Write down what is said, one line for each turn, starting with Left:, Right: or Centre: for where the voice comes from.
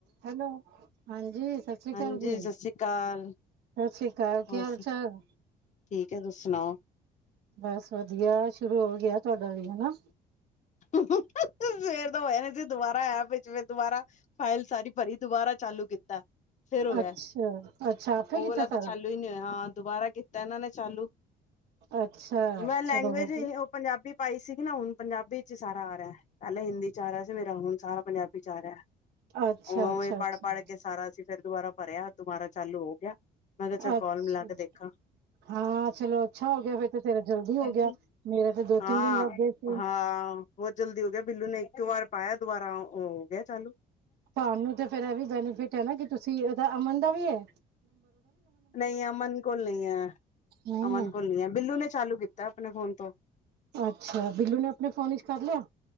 Right: Hello. ਹਾਂਜੀ ਸਤਿ ਸ੍ਰੀ ਆਕਾਲ
Left: ਹਾਂਜੀ
Right: ਜੀ,
Left: ਸਤਿ ਸ੍ਰੀ ਅਕਾਲ
Right: ਸਤਿ ਸ੍ਰੀ ਆਕਾਲ।
Left: ਹੋਰ
Right: ਕੀ ਹਾਲ ਚਾਲ?
Left: ਠੀਕ ਏ। ਤੁਸੀਂ ਸੁਣਾਓ?
Right: ਬਸ ਵਧੀਆ। ਸ਼ੁਰੂ ਹੋ ਗਿਆ ਤੁਹਾਡਾ ਵੀ ਹਨਾ।
Left: ਸਵੇਰ ਦਾ ਹੋਆ ਸੀ, ਦੁਬਾਰਾ ਐਪ ਵਿੱਚ, ਦੁਬਾਰਾ ਫਾਈਲ ਸਾਰੀ ਭਰੀ ਦੁਬਾਰਾ ਚਾਲੂ ਕੀਤਾ। ਫਿਰ ਹੋਇਆ,
Right: ਅੱਛਾ ਅੱਛਾ ਆਪੇ
Left: ਉਹ
Right: ਕੀਤਾ
Left: ਵਾਲਾ ਤਾਂ
Right: ਸਾਰਾ
Left: ਚਾਲੂ ਹੀ ਨਹੀਂ ਹੋਇਆ ਹਾਂ ਦੁਬਾਰਾ ਕੀਤਾ ਇਹਨਾਂ ਨੇ ਚਾਲੂ।
Right: ਅੱਛਾ।
Left: ਮੈਂ ਲੈਂਗੁਏਜ
Right: ਚਲੋ ਵਧੀਆ।
Left: ਉਹ ਪੰਜਾਬੀ ਪਾਈ ਸੀਗੀ ਨਾ ਹੁਣ, ਪੰਜਾਬੀ ਸਾਰਾ ਆ ਰਿਹਾ, ਪਹਿਲਾਂ ਹਿੰਦੀ 'ਚ ਆ ਰਿਹਾ ਸੀ, ਮੇਰਾ ਹੁਣ ਸਾਰਾ ਪੰਜਾਬੀ 'ਚ ਆ ਰਿਹਾ।
Right: ਅੱਛਾ
Left: ਨੌਂ
Right: ਅੱਛਾ
Left: ਵਜੇ ਪੜ੍ਹ-ਪੜ੍ਹ
Right: ਅੱਛਾ
Left: ਕੇ ਸਾਰਾ ਅਸੀਂ ਫਿਰ ਦੁਬਾਰਾ ਭਰਿਆ ਦੁਬਾਰਾ ਚਾਲੂ ਹੋ ਗਿਆ। ਮੈਂ ਕਹਿਆ ਚੱਲ
Right: ਅੱਛਾ
Left: ਕਾਲ ਮਿਲਾ ਕੇ ਦੇਖਾ।
Right: ਹਾਂ ਚਲੋ ਅੱਛਾ ਹੋ ਗਿਆ ਫਿਰ ਤੇ ਤੇਰਾ ਜਲਦੀ ਹੋ
Left: ਹਾਂਜੀ
Right: ਗਿਆ, ਮੇਰਾ ਤੇ ਦੋ
Left: ਹਾਂ
Right: ਤਿੰਨ ਦਿਨ ਲੱਗ ਗਏ ਸੀ।
Left: ਹਾਂ ਬਹੁਤ ਜਲਦੀ ਹੋ ਗਿਆ ਬਿੱਲੂ ਨੇ ਇੱਕ ਵਾਰ ਪਾਇਆ ਦੁਬਾਰਾ ਉਹ ਹੋ ਗਿਆ ਚਾਲੂ।
Right: ਤੁਹਾਨੂੰ ਤੇ ਫੇਰ ਇਹ ਵੀ ਬੈਨੀਫਿਟ ਹੈ ਨਾ ਕਿ ਤੁਸੀਂ ਇਹਦਾ, ਅਮਨ ਦਾ ਵੀ ਐ?
Left: ਨਹੀਂ ਅਮਨ ਕੋਲ ਨਹੀਂ ਐ।
Right: ਨਹੀਂ
Left: ਅਮਨ ਕੋਲ ਨਹੀ ਐ, ਬਿੱਲੂ ਨੇ ਚਾਲੂ ਕੀਤਾ ਆਪਣੇ ਫੋਨ ਤੋਂ
Right: ਅੱਛਾ, ਬਿੱਲੂ ਨੇ ਆਪਣੇ ਫੋਨ ਵਿਚ ਕਰ ਲਿਆ?